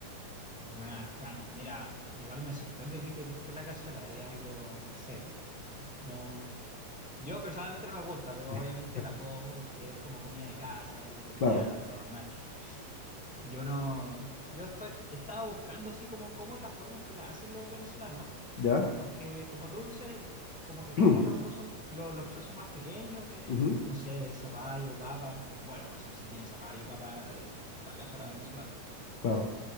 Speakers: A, in the centre; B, on the left (about 75°).
A: Bueno, Juan, mira, igual me sorprende que te guste la cazuela, es algo, no sé, no. Yo personalmente no me gusta, pero
B: <laughs>
A: obviamente la como porque es como comida de casa, es lo cotidiano,
B: Claro,
A: lo normal. Yo no, yo estoy, estaba buscando así como cómo es la forma en que la hacen los venezolanos,
B: ¿ya?
A: porque como tú dices, como que cortan
B: <clears throat>
A: los cosas, los, los trozos más pequeños de,
B: Ujú,
A: no sé, de zapallo, papa, no, bueno, no sé si tiene zapallo, papa, eh, la cazuela venezolana
B: claro.